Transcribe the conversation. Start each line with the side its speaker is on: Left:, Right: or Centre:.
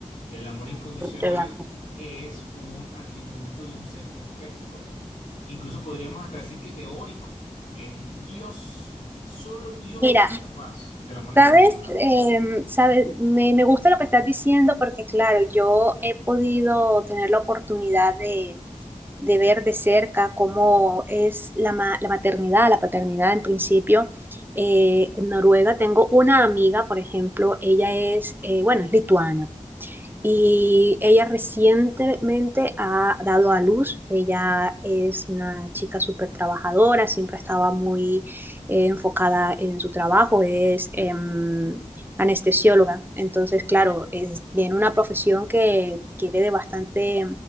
Left: El amor incondicional
Right: Relax.
Left: es un atributo de un ser perfecto. Incluso podríamos hasta decir que teórico, que es Dios Solo Dios
Right: Mira,
Left: es capaz del amor incondicional.
Right: sabes, eh, sabes me, me gusta lo que estás diciendo porque claro, yo he podido tener la oportunidad de de ver de cerca cómo es la, ma- la maternidad, la paternidad en principio. Eh, en Noruega tengo una amiga, por ejemplo, ella es, eh, bueno, es lituana y ella recientemente ha dado a luz. Ella es una chica súper trabajadora, siempre estaba muy eh, enfocada en su trabajo, es em, anestesióloga. Entonces, claro, es, tiene una profesión que requiere de bastante